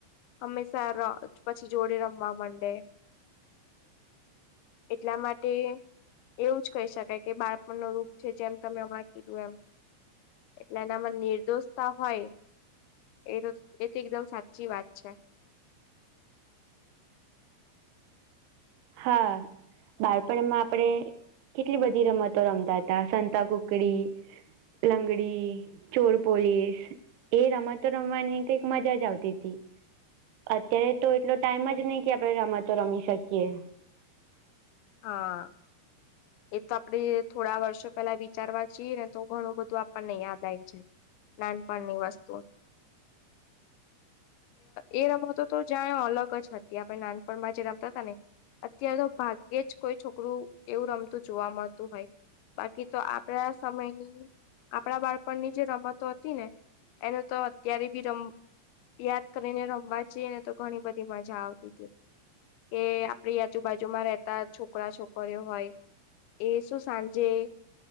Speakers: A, on the left; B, on the right.
A: હંમેશા <unintelligible> પછી જોડે રમવા મંડે એટલા માટે તે એવું જ કહી શકાય કે બાળપણ નો રૂપ છે જેમ તમે <unintelligible> અ કીધું એમ એટલે એનામાં નિર્દોષતા હોય એતો એ તો એકદમ સાચી વાત છે
B: હા બાળપણમાં આપણે કેટલી બધી રમતો રમતા હતા સંતા કુકડી લંગડી ચોર પોલીસ એ રમતો રમવાની કઈક મજા જ આવતી હતી અત્યારે તો એટલો ટાઈમ જ નહી કે આપણે રમતો રમી શકીએ
A: હા એ તો આપડે થોડા વર્ષો પેલા વિચારવા જીએ ને તો ઘણું બધું આપણને યાદ આવે જ નાનપણની વસ્તુ એ રમતો તો જાણે અલગ જ હતી આપણે નાનપણમાં જે રમતા હતા ને અત્યાર તો પા કે જ કોઈ છોકરું એવું રમતું જોવા મળતું હોય બાકી તો આપડા સમયની આપણા બાળપણની જે રમતો હતી ને એનો તો અત્યારે બી રમ યાદ કરીને રમવા જઈએ ને તો ઘણી બધી મજા આવતી હતી એ આપે આજુબાજુમાં રહે છોકરા છોકરીઓ હોય એ શું સાંજે